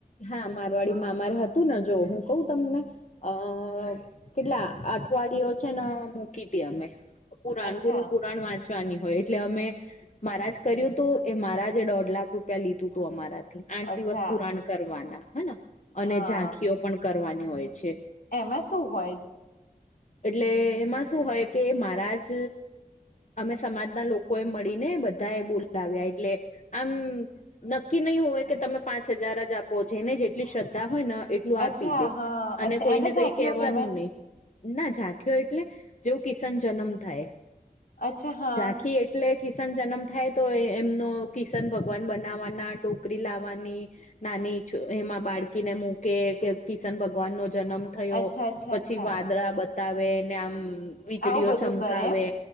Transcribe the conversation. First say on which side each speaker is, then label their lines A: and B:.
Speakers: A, on the left (about 50°); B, on the left (about 80°).
A: હા મારવાડી મામારે હતું ને જો હું કઉ તમને- અ કેટલા અઠવાડિયયો છે. ને મૂકી હતી અમે- પુરાણ
B: અચ્છા
A: ગુરુ પુરાણ વાંચ ની હોય એટલે અમે મારાજ કર્યું હતું. એ મારાજ દોઢ લાખ રૂપિયા લીધું તું અમારા. આઠ
B: અચ્છા
A: દિવસ પુરાણ કરવાના, હેના? અને
B: હા
A: ઝાંખીઓ પણ કરવાની હોય છે.
B: એમાં શું હોય?
A: એટલે એમાં શું હોય? કે મારા જ અમે સમાજના લોકો એ મળીને બધા એ બોલાવ્યા, એટલે આમ નક્કી નહીં હોય કે તમે પાંચ હજાર જ આપો. જેને જેટલી શ્રદ્ધા હોય ને, એ એટલું
B: અચ્છા
A: આપી દે,
B: હા
A: અને
B: અચ્છા
A: કોઈને
B: એને ઝાંકયો
A: કઈ કહેવાનું
B: કેવાય
A: નહીં. ના, ઝાંખ્યો એટલે જેવું કિશન જન્મ થાય,
B: અચ્છા હા
A: ઝાંખી એટલે એટલે કિશન જન્મ થાય તો એમનો કિશન ભગવાન બનાવવાના, ટોકરી લાવવાની. નાની એમાં બાળકીને મૂકે કે, કિશન ભગવાન નો જન્મ થયો
B: અચ્છા અચ્છા
A: પછી
B: અચ્છા
A: વાદળા બતાવે ને, આમ વીજળીઓ
B: આવું બધું
A: ચમકાવે.
B: કરે એમ